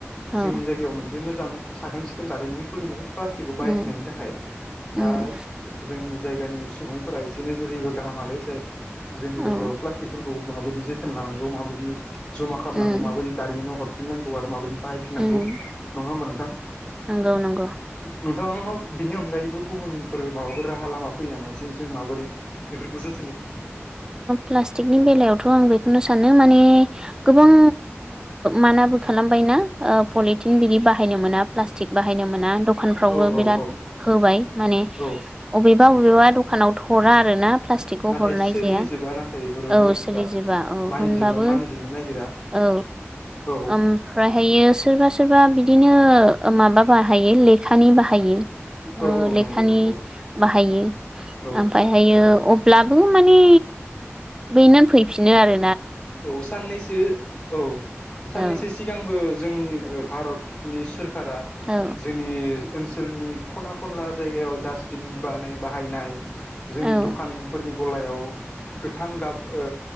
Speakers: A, on the right; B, on the left.
A: औ
B: जोंनि जायगायाव मोनसे मोजां साखोन सिखोन दारिमिन खुलिनाय फार्स्ट खौ बायफिननायनि
A: उम
B: थाखाय
A: उम
B: दा जोंनि जायानि सुबुंफोरा एसे नोजोर होयो गाहाम आरो जाय जोंनि
A: औ
B: जायगायाव माबाददि जोथोन लानांगौ माबायदि जमा खालामनांगौ
A: उम
B: माबायदि दारिमिनाव हरफिनांगौ आरो माबायदि बाहायफिननांगौ
A: उम
B: नङा होमबा नोंथां
A: नंगौ नंगौ
B: नोंथांनाव बिनि अनगायैबो गुबुनफोर माबाफोर राहा लामा फैया मासिम जों माबोरै बेफोरखौ जो
A: प्लास्टिकनि बेलायावथ' आं बेखौनो सानो मान गोबां माबो खालामबायना पलिटिन बिदि बाहायनो मोन मोना प्लास्टिक बाहायनो मोना दखानफ्रावबो
B: औ औ
A: बिराद
B: औ
A: होबाय माने
B: औ
A: अबेबा अबेबा दखानाव हरा आरो ना प्लास्टिकखौ
B: नाथाय
A: हरनाय
B: सोलिजोबा
A: जाया
B: नाथाय बेफोरो
A: औ
B: रुुलफ्रा
A: सोलिजोबा औ
B: मानिजोबा
A: होनबाबो
B: मानिजोबनो नागिरा
A: औ
B: औ
A: ओमफ्रायहायो सोरबा सोरबा बिदिनो माबा बाहायो लेखानि बाहायो
B: औ औ
A: लेखानि
B: नंगौ नंगौ
A: बाहायो
B: औ
A: ओमफ्रायहायो अब्लाबो माने बनानै फैफिनो आरो
B: औ साननैसो औ साननैसो
A: औ
B: सिगांबो जोंनि भारतनि सोरखारा
A: औ
B: जोंनि ओनसोलनि खना खनला जायगायाव डास्टबिन बानाय बाहायनाय जोंनि
A: औ
B: दखानफोरनि गलायाव गोथां गाब ओ